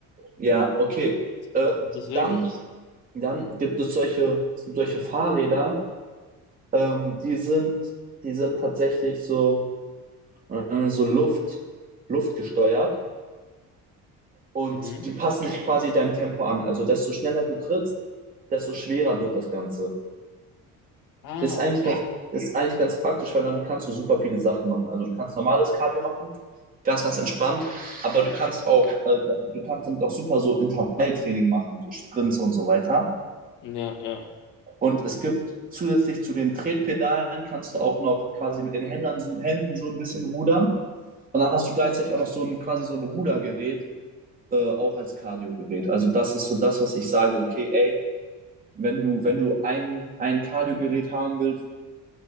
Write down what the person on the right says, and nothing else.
Ja, okay. Äh,
dann, dann gibt es solche, es gibt solche Fahrräder, ähm, die sind, die sind tatsächlich so, äh, so Luft, luftgesteuert und
die passen sich quasi deinem Tempo an. Also desto schneller du trittst, desto schwerer wird das Ganze.
Ist eigentlich
ganz, ist eigentlich ganz praktisch, weil dann kannst du super viele Sachen machen. Also du kannst normales Cardio machen, ganz, ganz entspannt, aber du kannst auch, äh, du kannst damit auch super so Intervalltraining machen, so Sprints und so weiter.
Und es gibt zusätzlich zu den Tretpedalen kannst du auch noch quasi mit den Händen so, Händen so ein bisschen rudern. Und dann hast du gleichzeitig auch noch so ein quasi so ein Rudergerät, äh, auch als Cardio-Gerät. Also das ist so das, was ich sage, okay, ey, wenn du, wenn du ein, ein Cardio-Gerät haben willst,